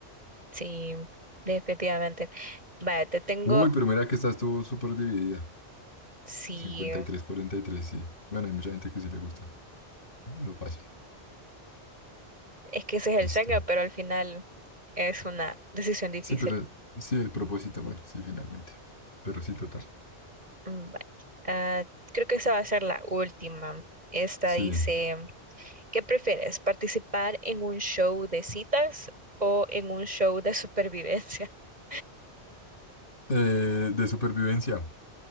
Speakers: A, on the right (about 40°); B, on the left (about 50°).
A: Sí, definitivamente. Vaya, te tengo
B: Uy, pero mira que esta estuvo súper dividida.
A: Sí,
B: cincuenta y tres cuarenta y tres sí. Bueno, hay mucha gente que sí le gusta lo fácil.
A: es que ese es el
B: Listo.
A: sueño, pero al final es una decisión difícil.
B: Sí, pero sí, el propósito, bueno, sí, finalmente. Pero sí, total.
A: Mm, vale. Ah, creo que esa va a ser la última. Esta
B: Sí.
A: dice, ¿qué prefieres? ¿Participar en un show de citas o en un show de supervivencia? <laughs>
B: Eh, de supervivencia.